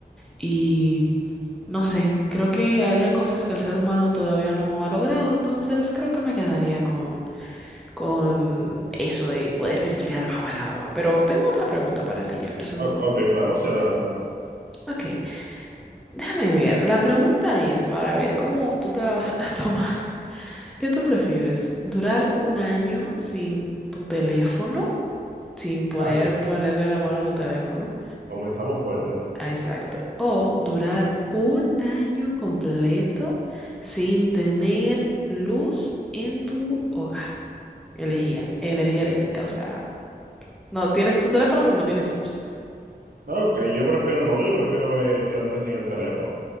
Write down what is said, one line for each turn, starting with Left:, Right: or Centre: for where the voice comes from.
Centre: Y no sé, creo que haría cosas que el ser humano todavía no ha logrado, entonces creo que me quedaría con, con eso de poder respirar bajo el agua. Pero tengo otra pregunta para ti, Jefferson.
Right: O- ok, claro, sí, adelante.
Centre: Ok, déjame ver. La pregunta es para ver cómo tú te la vas a <laughs> tomar. ¿Qué tú prefieres? ¿Durar un año sin tu teléfono, sin poder
Right: Ay,
Centre: ponerle la mano a tu teléfono?
Right: comenzamos fuerte.
Centre: Ah, Exacto. O durar un año completo sin tener luz en tu hogar. Elegía energía eléctrica, o sea, no tienes tu teléfono, pero no tienes luz.
Right: No, que yo prefiero no, yo prefiero eh, quedarme sin el teléfono.